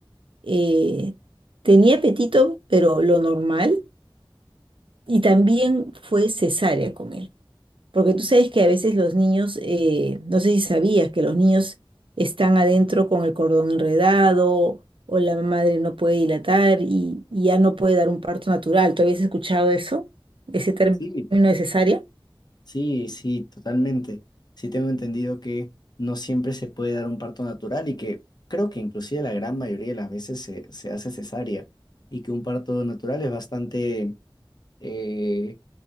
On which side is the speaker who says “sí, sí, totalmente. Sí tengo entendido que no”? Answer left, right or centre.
Left